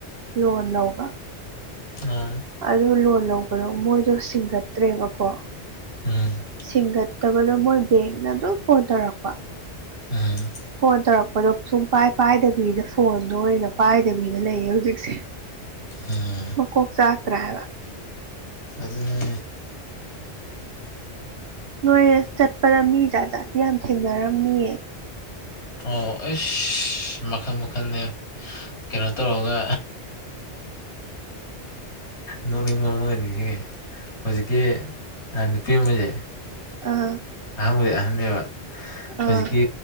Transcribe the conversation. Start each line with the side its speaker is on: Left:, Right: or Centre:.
Right: ꯂꯣꯟ ꯂꯧꯕ
Left: ꯎꯝ
Right: ꯑꯗꯨ ꯂꯣꯟ ꯂꯧꯕꯗꯣ ꯃꯣꯏꯗꯣ ꯁꯤꯡꯒꯠꯇ꯭ꯔꯦꯕꯀꯣ
Left: ꯎꯝ
Right: ꯁꯤꯡꯒꯠꯇꯕꯗꯣ ꯃꯣꯏ ꯕꯦꯡꯅ ꯑꯗꯨꯝ ꯐꯣꯟ ꯇꯧꯔꯛꯄ
Left: ꯎꯝ
Right: ꯐꯣꯟ ꯇꯧꯔꯛꯄꯗꯣ ꯁꯨꯡ ꯄꯥꯏ ꯄꯥꯏꯗꯕꯤꯗ ꯐꯣꯟꯗꯣ ꯑꯣꯏꯅ ꯄꯥꯏꯗꯕꯤꯗ ꯂꯩꯌꯦ ꯍꯧꯖꯤꯛꯁꯤ
Left: ꯎꯝ
Right: ꯃꯀꯣꯛ ꯆꯥꯛꯇꯔꯥ ꯍꯥꯏꯕ
Left: ꯑꯗꯨꯅꯦ
Right: ꯅꯣꯏ ꯆꯠꯄꯗ ꯃꯤ ꯖꯥꯠ ꯖꯥꯠꯇꯤ ꯌꯥꯝ ꯊꯦꯡꯅꯔꯝꯅꯤꯌꯦ
Left: ꯑꯣ ꯑꯁ ꯃꯈꯜ ꯃꯈꯜꯅꯦ ꯀꯩꯅꯣ ꯇꯧꯔꯒ ꯅꯣꯛꯅꯤꯡꯕ ꯑꯃꯒ ꯅꯤꯡꯁꯤꯡꯉꯦ ꯍꯧꯖꯤꯛꯀꯤ ꯅꯨꯄꯤ <unintelligible>
Right: ꯑꯥ
Left: ꯑꯍꯟꯕꯨꯗꯤ ꯑꯍꯟꯅꯦꯕ ꯍꯧꯖꯤꯛꯀꯤ
Right: ꯑꯥ